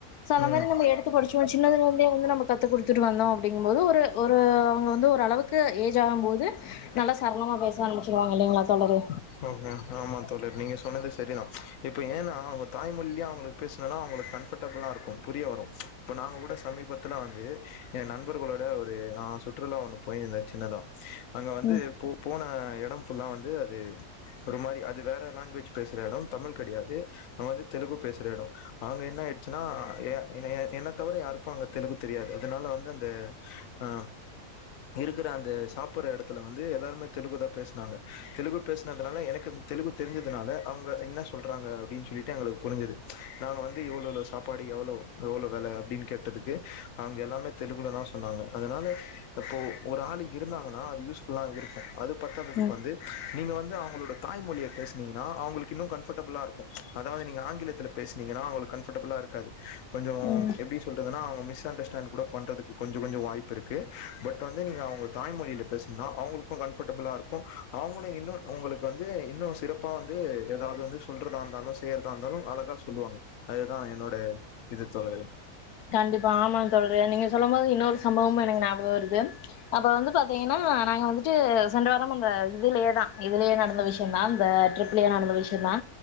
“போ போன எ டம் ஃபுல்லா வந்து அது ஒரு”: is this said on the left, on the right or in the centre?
Left